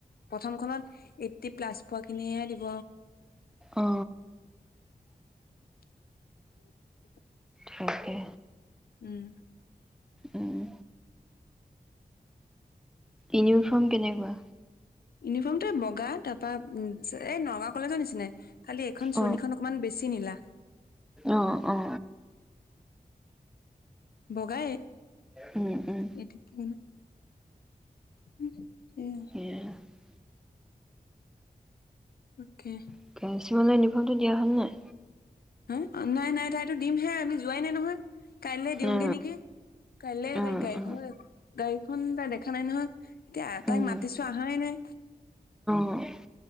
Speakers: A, on the left; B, in the centre.
A: প্ৰথমখনত এইট্টি প্লাছ পোৱাখিনিহে দিব।
B: অ
A: <inaudible>
B: তাকে।
A: উম।
B: উম ইউনিফৰ্ম কেনেকুৱা?
A: ইউনিফৰ্মটো বগা, তাৰপৰা উম, এই নগাঁও কলেজৰ নিচিনাই। খালি এখন চুৰণীখন
B: অ
A: অকণমান বেছি নীলা।
B: অ অ
A: বগায়ে।
B: উম উম
A: <unintelligible>
B: <unintelligible>
A: অ'কে!
B: <unintelligible> ইউনিফৰ্মটো দিয়া হ'ল নাই?
A: উম, নাই নাই, তাইতো দিমহে। আমি যোৱাই নাই নহয়। কাইলে দিওঁগে
B: অ
A: নেকি? কাইল
B: অ অ
A: তাই গাড়ী
B: অ
A: খন গাড়ীখন তাই দেখা নাই নহয় এতিয়া তাইক
B: উম
A: মাতিছো আহাই নাই।
B: অ'।